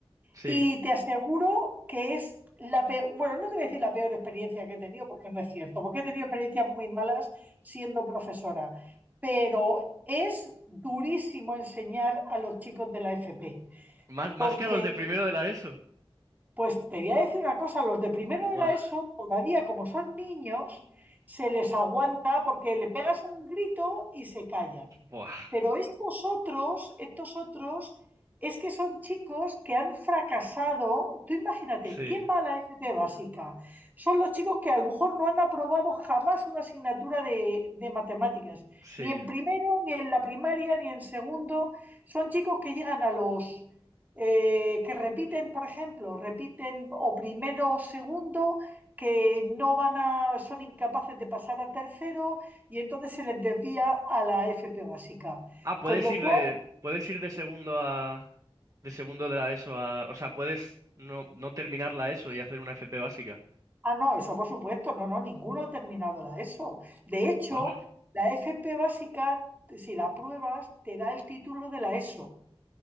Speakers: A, on the right; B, on the right.
A: sí.
B: Y te aseguro que es la peor, bueno, no te voy a decir la peor experiencia que he tenido, porque no es cierto, porque he tenido experiencias muy malas siendo profesora, pero es durísimo enseñar a los chicos de la FP,
A: Más, más
B: porque,
A: que a los de primero de la ESO.
B: pues te voy a decir una cosa, los de primero de
A: Buah,
B: la ESO, todavía como son niños, se les aguanta porque le pegas un grito y se callan.
A: buah.
B: Pero estos otros, estos otros, es que son chicos que han fracasado. Tú imagínate,
A: Sí,
B: ¿quién va a la FP básica? Son los chicos que a lo mejor no han aprobado jamás una asignatura de, de matemáticas,
A: sí.
B: ni en primero, ni en la primaria, ni en segundo. Son chicos que llegan a los... eh, que repiten, por ejemplo, repiten o primero o segundo, que no van a, son incapaces de pasar a tercero y entonces se les desvía a la FP básica.
A: Ah, puedes
B: Con lo
A: ir
B: cual,
A: de, puedes ir de segundo a, de segundo de la ESO a, o sea, puedes no, no terminar la ESO
B: sí.
A: y hacer una FP básica.
B: ah, no, eso por supuesto, no, no, ninguno ha terminado la ESO. De hecho,
A: Ah.
B: la FP básica, si la apruebas, te da el título de la ESO,